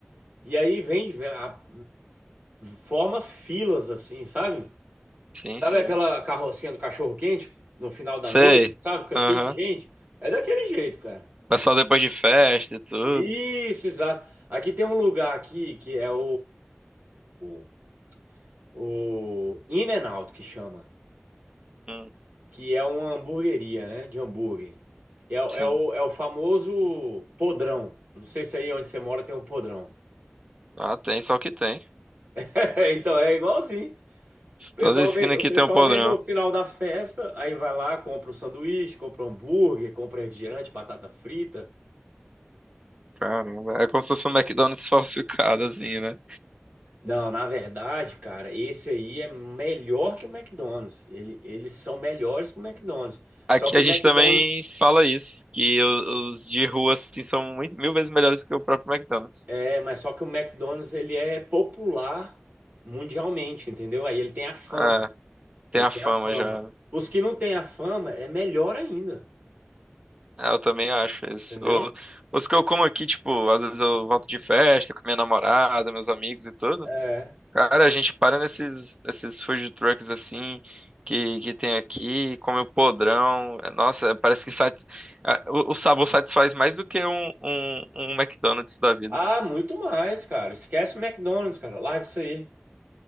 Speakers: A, on the right (about 40°); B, on the right (about 25°).
A: E aí vem, a- forma filas assim, sabe?
B: sim,
A: Sabe
B: sim.
A: aquela carrocinha do cachorro-quente no final da
B: Sei.
A: noite, sabe? Fica
B: Aham.
A: cheio de gente. É daquele jeito, cara.
B: Pessoal depois de festa e tudo.
A: Isso, exato. Aqui tem um lugar aqui que é o, o, o In and Out, que chama.
B: Hum,
A: Que é uma hamburgueria, né? De hambúrguer. É, o-
B: sim.
A: é, o, é o famoso podrão. Não sei se aí onde você mora tem um podrão.
B: Ah, tem, só que tem.
A: <laughs> Então é igualzinho. O pessoal
B: Toda esquina
A: vem, o
B: aqui
A: pessoal
B: tem um podrão.
A: vem no final da festa, aí vai lá, compra o sanduíche, compra o hambúrguer, compra refrigerante, batata frita.
B: Caramba, é como se fosse um McDonald's <laughs> falsificado, assim, né?
A: Não, na verdade, cara, esse aí é melhor que o McDonald's. Ele, eles são melhores que o McDonald's.
B: Aqui
A: Só que
B: a
A: o
B: gente
A: McDonald's
B: também fala isso, que o- os de rua assim são muito- mil vezes melhores que o próprio McDonald's.
A: é, é, mas só que o McDonald's ele é popular mundialmente, entendeu? Aí ele tem a fama.
B: É,
A: Ele
B: tem a
A: tem
B: fama
A: a fama.
B: já. né?
A: Os que não têm a fama é melhor ainda,
B: É, Eu também acho isso.
A: entendeu?
B: O- os que eu como aqui, tipo, às vezes eu volto de festa com minha namorada, meus amigos e tudo.
A: É.
B: Cara, a gente para nesses, nesses food trucks assim que, que tem aqui, come o podrão. É, Nossa, parece que sat... ah, o, o sabor satisfaz mais do que um, um, um McDonald's da vida.
A: Ah, muito mais, cara. Esquece o McDonald's, cara. Larga isso aí.